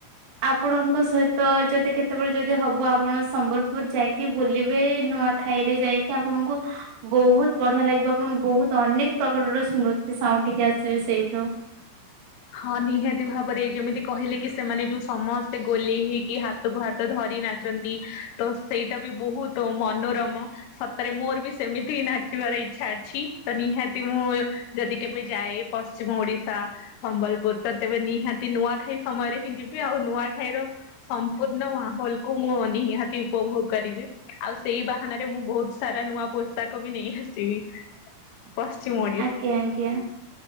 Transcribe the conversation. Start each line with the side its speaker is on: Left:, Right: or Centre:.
Right: ଆପଣଙ୍କ ସଇତ ଯଦି କେ ତେବେଳେ ଯଦି ହବ ଆପଣ ସମ୍ବଲପୁର୍ ଯାଇକି ବୁଲିବେ ନୂଆଁଖାଇରେ ଯାଇକି ଆପଣଙ୍କୁ ବହୁତ୍ ବଢି଼ଆ ଲାଗିବ ଆପଣ ବହୁତ୍ ଅନେକ୍ ପ୍ରକରର ସ୍ମୃତି ସାଉଁଟିକି ଆସିବେ ସେଇଠୁ।
Left: ହଁ ନିହାତି ଭାବରେ ଏ ଯୋମିତି କହିଲେ କି ସେମାନେ ଯୋଉ ସମସ୍ତେ ଗୋଲେଇ ହେଇକି ହାତ ତକୁୁ ହାତ ଧରି ନାଚନ୍ତି ତ ସେଇଟା ବି ବୋହୁତ ମନୋରମ ସତରେ ମୋର୍ ବି ସେମିତି ନାଚିବାର ଇଚ୍ଛା ଏଛି ତ ନିହାତି ମୁଁ ଯଦି କେବେ ଯାଏ ପଶ୍ଚିମ୍ ଓଡି଼ଶା। ଥମ୍ବଲପୁର୍ ତ ତେବେ ନିହାତି ନୁଆଁଖେଇ ସମୟରେ ହିଁ ଯିବି ଆଉ ନୂଆଖାଇ ର ସମ୍ପୂର୍ଣ୍ଣ ମାହୋଲ କୁ ମୁଁ ନିହାତି ଉପଭୋଗ୍ କରିବି ଆଉ ସେଇ ବାହାନାରେ ମୁଁ ବହୁତ୍ ସାରା ନୂଆ ପୋଷାକ ବି ନେଇ ଅସି ବି।
Right: <inaudible>
Left: ପଶ୍ଚିମ୍ ଓ
Right: ଆଙ୍କ୍ୟା ଆଙ୍କ୍ୟା